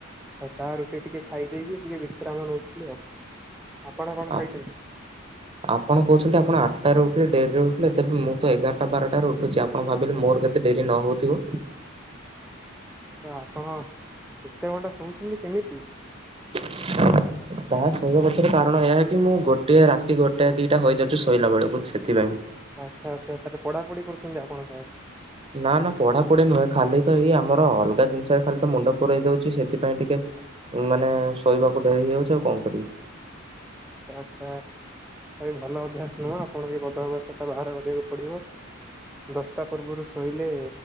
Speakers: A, in the centre; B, on the right (about 30°).
A: ଆଉ ଚା ରୁଟି ଟିକେ ଖାଇ ଦେଇକି ଟିକେ ବିଶ୍ରାମ ନେଉଥିଲେ ଆଉ। ଆପଣ କଣ
B: ଆପ୍
A: ଖାଇଛନ୍ତି?
B: ଆପଣ କହୁଛନ୍ତି ଆପଣ ଆଠଟାରେ ଉଠିଲେ ଡେରିରେ ଉ ଠିଲେ ତେବେ ମୁଁ ତ ଏଗାରଟା ବାରଟାରେ ଉଠୁଛି ଆପଣ ଭାବିଲେ ମୋର କେତେ ଡେରି ନହଉଥିବ।
A: ତ ଆପଣ ଏତେ ଘଣ୍ଟା ଶୋଉଛନ୍ତି କେମିତି?
B: ତାହା ଶୋଇବା ପଛରେ କାରଣ ଏହା କି ମୁଁ ଗୋଟଏ ରାତି ଗୋଟାଏ ଦିଟା ହୋଇଯାଉଛି ଶୋଇଲା ବେଳକୁ ସେଥିପାଇଁ।
A: ଆଚ୍ଛା ଆଚ୍ଛା ତାହେଲେ ପଢାପଢି କରୁଛନ୍ତି ଆପଣ ସାଏଦ୍
B: ନା ନା ପଢାପଢି ନୁହେଁ ଖାଲି ତ ଏଇ ଆମର ଅଲ୍ ଜିନିଷରେ ଖାଲି ତ ମୁଣ୍ଡ ପୁରଇ ଦଉଛି ସେଥିପାଇଁ ଟିକେ ମାନେ ଶୋଇବାକୁ ଡେରି ହେଇଯାଉଛି ଆଉ କଣ କରିବି।
A: ଆଚ୍ଛା ଆଚ୍ଛା ଏ ଭଲ ଅଭ୍ୟାସ ନୁହେଁ ଆପଣ ଏ ବଦଅଭ୍ୟାସଟା ବାହାର କରିବାକୁ ପଡ଼ିବ। ଦଶଟା ପୂର୍ବରୁ ଶୋଇଲେ